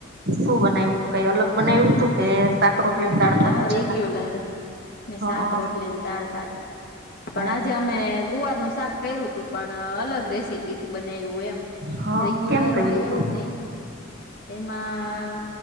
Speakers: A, on the right (about 55°); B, on the left (about 50°).
A: શું બનાવ્યું તું કઈ અલગ બનાવ્યું તું કે શાક રોટલીને
B: ના
A: દાળ ભાત
B: ના હો
A: જ
B: રેગ્યુલર
A: હતા
B: ને
A: હા
B: શાક રોટલી ને દાળ ભાત પણ
A: હ
B: આજે અમે ગુવારનું શાક કર્યું તું પણ અલગ રેસીપીથી બનાયવું એમ
A: હા
B: રેગ્યુલર
A: કેમ કર્યું
B: હોય
A: તું
B: એવું નહી એમાં